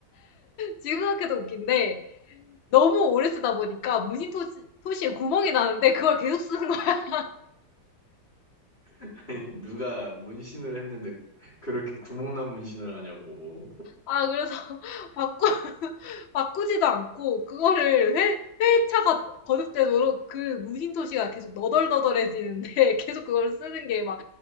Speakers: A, on the left; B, on the left.
A: 지금 생각해도 웃긴데 너무 오래 쓰다 보니까 문신 토시, 토시에 구멍이 나는데 그걸 계속 쓰는 거야.
B: <laughs> 아니, 누가 문신을 했는데 그렇게 구멍난 문신을 하냐고.
A: 아, 그래서 <laughs> 바꾸, 바꾸지도 않고 그거를 회, 회차가 거듭되도록 그 문신 토시가 계속 너덜너덜해지는데 <laughs> 계속 그걸 쓰는 게 막